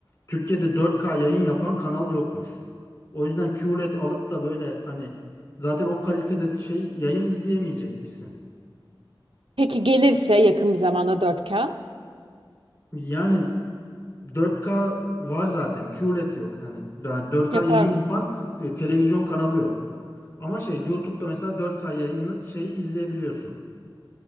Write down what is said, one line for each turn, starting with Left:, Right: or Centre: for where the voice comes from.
Left: Türkiye'de 4K yayın yapan kanal yokmuş. O yüzden QLED alıp da böyle hani zaten o kalitede şey yayın izleyemeyecekmişsin.
Right: Peki gelirse yakın bir zamanda dört k
Left: Yani 4K var zaten, QLED yok. Yani daha 4K
Right: yapar
Left: yayın yapan e, televizyon kanalı yok. Ama şey YouTube'da mesela 4K yayını şey izleyebiliyorsun.